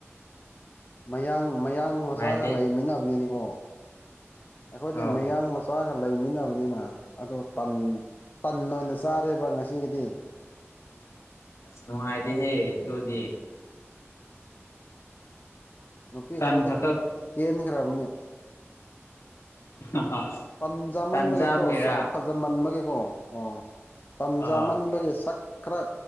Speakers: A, on the left; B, on the left.
A: ꯃꯌꯥꯡ ꯃꯌꯥꯡ
B: ꯅꯨꯡꯉꯥꯏꯇꯦ
A: ꯃꯆꯥꯒ ꯂꯩꯃꯤꯟꯅꯕꯅꯤꯅꯀꯣ ꯑꯩꯈꯣꯏꯗꯤ
B: ꯑꯣ
A: ꯃꯌꯥꯡ ꯃꯆꯥ ꯆꯥꯒ ꯂꯩꯃꯤꯟꯅꯕꯅꯤꯅ ꯑꯗꯨ ꯇꯟ ꯇꯟ ꯑꯣꯏꯅ ꯆꯥꯔꯦꯕ ꯉꯁꯤꯒꯤꯗꯤ꯫
B: ꯑꯁ ꯅꯨꯡꯉꯥꯏꯇꯦ ꯍꯦ ꯗꯨꯗꯤ ꯫
A: ꯅꯨꯄꯤ
B: ꯇꯟ
A: ꯈꯔꯗꯤ
B: ꯈꯛꯇ
A: ꯀꯦꯟꯈ꯭ꯔꯕꯅꯦ꯫
B: <unintelligible>
A: ꯇꯟꯆꯥꯃꯟꯕꯒꯤꯀꯣ
B: ꯇꯟ ꯆꯥꯕꯒꯤꯔꯥ
A: ꯁꯛ ꯐꯖꯃꯟꯕꯒꯤꯀꯣ ꯑꯣ ꯇꯟꯆꯥꯃꯟꯕꯒꯤ
B: ꯑꯥ
A: ꯁꯛ ꯈꯔ